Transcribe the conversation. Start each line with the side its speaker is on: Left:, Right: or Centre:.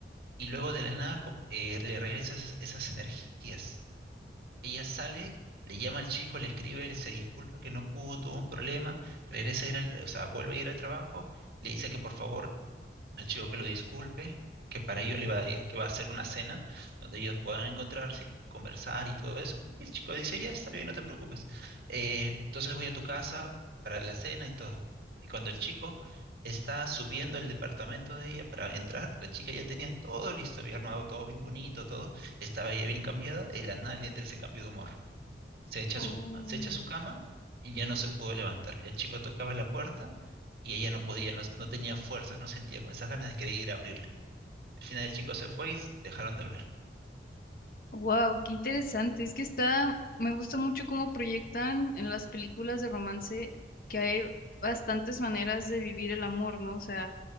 Right: y luego de la nada co- eh, le regresa esas, esas energías. Ella sale, le llama al chico, le escribe, le se disculpa que no pudo, tuvo un problema, regresa a ir al, o sea, vuelve a ir al trabajo, le dice que por favor al chico que lo disculpe, que para ello le va a, que va a hacer una cena donde ellos puedan encontrarse y conversar y todo eso. Y el chico dice, ya está bien, no te preocupes. Eh, entonces voy a tu casa para la cena y todo. Y cuando el chico está subiendo el departamento de ella para entrar, la chica ya tenía todo listo, había armado todo bien bonito, todo, estaba ella bien cambiada, y la nada le entra ese cambio de humor se echa
Left: Oh.
Right: a su, ah, se echa a su cama y ya no se pudo levantar. El chico tocaba la puerta y ella no podía, no, no tenía fuerzas, no sentía con esas ganas de querer ir a abrirle. Al final el chico se fue y dejaron de hablar.
Left: Wow, qué interesante. Es que está, me gusta mucho cómo proyectan en las películas de romance que hay bastantes maneras de vivir el amor, ¿no? O sea,